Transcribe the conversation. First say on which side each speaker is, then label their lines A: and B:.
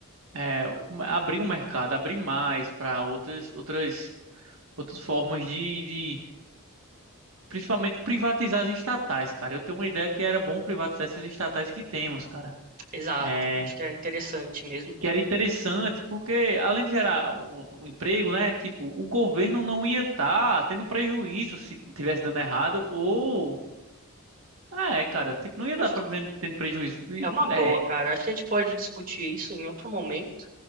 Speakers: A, on the right; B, on the right.
A: É, um- abrir um mercado, abrir mais para outras, outras, outras formas de, de. Principalmente privatizar as estatais, cara. Eu tenho uma ideia que era bom privatizar essas estatais que temos, cara.
B: Exato.
A: É,
B: Acho que é interessante mesmo.
A: que era interessante, porque além de gerar o, o emprego, né, tipo, o governo não ia estar tendo prejuízo se tivesse dando errado, ou... ah, É, cara, tipo, não ia
B: Acho
A: estar
B: que
A: tendo prejuízo. E,
B: É uma
A: É,
B: boa, cara. Acho que a gente pode discutir isso em outro momento.